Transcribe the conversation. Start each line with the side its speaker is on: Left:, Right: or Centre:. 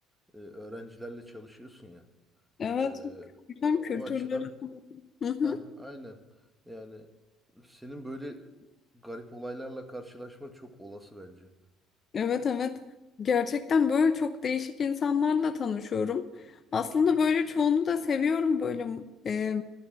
Centre: e, öğrencilerle çalışıyorsun ya.
Left: Evet.
Centre: Ee,
Left: Güzel
Centre: o
Left: kültürleri.
Centre: açıdan
Left: Hı hı.
Centre: ha aynen. Yani senin böyle garip olaylarla karşılaşma çok olası bence. Hı
Left: Evet evet. Gerçekten böyle çok değişik insanlarla tanışıyorum. Aslında
Centre: hı.
Left: böyle çoğunu da seviyorum böyle e,